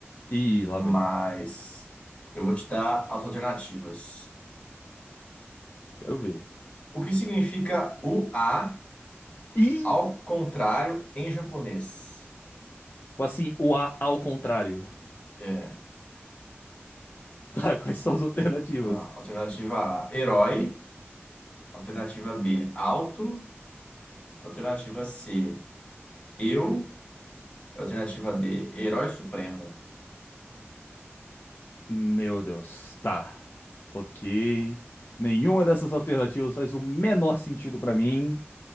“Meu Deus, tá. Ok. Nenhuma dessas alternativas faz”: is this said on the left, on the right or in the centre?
Left